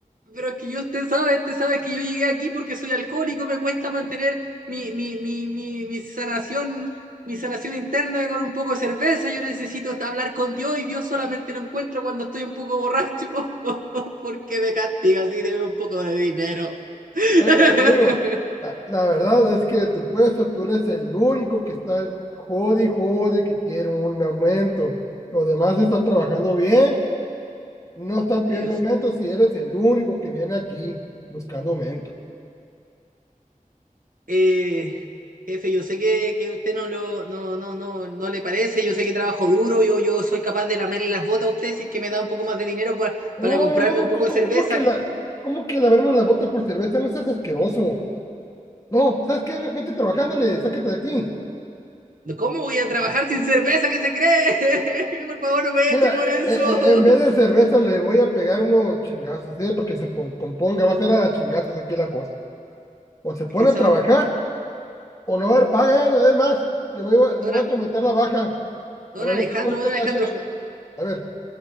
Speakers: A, on the right (about 75°); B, on the left (about 25°).
A: Pero es que yo, usted sabe, usted sabe que yo llegué aquí porque soy alcohólico, me cuesta mantener mi, mi, mi, mi, mi sanación, mi sanación interna con un poco de cerveza. Yo necesito hasta hablar con Dios y Dios solamente lo encuentro cuando estoy un poco borracho. <laughs> ¿Por qué me castiga así? Debe un poco de dinero. <laughs>
B: Bueno, Rodrigo, la, la verdad es que tu puesto, tú eres el único que está jode y jode que quiere un aumento. Los demás están trabajando bien, no están
A: Dios.
B: pidiendo aumento si eres el único que viene aquí buscando aumento.
A: Eh, jefe, yo sé que, que usted no lo, no, no, no, no le parece, yo sé que trabajo duro, yo, yo soy capaz de lamerle las botas a usted si es que me da un poco más de dinero para,
B: No,
A: para comprarme
B: no, no, no,
A: un poco
B: co-
A: de
B: co-
A: cerveza,
B: ¿cómo que la, cómo que lavarme las botas por cerveza? No seas asqueroso. No, ¿sabes qué? Ve- Vete trabajándole, sácate de aquí.
A: No, ¿Cómo voy a trabajar sin cerveza? ¿Qué se cree? <laughs> Por favor, no me
B: Mira,
A: echen por
B: eh,
A: eso.
B: eh, eh,
A: <laughs>
B: en vez de cerveza le voy a pegar unos chingazos, ¿eh? Para que se pon- componga, va a ser a chingazos aquí la cosa o se pone
A: Es que,
B: a
A: ¿sabe?
B: trabajar O no va a haber paga, eh, además, le voy a, le
A: Don,
B: voy a tramitar la baja.
A: don
B: A ver,
A: Alejandro,
B: ¿dónde dónde
A: don
B: está la
A: Alejandro,
B: HR? A ver,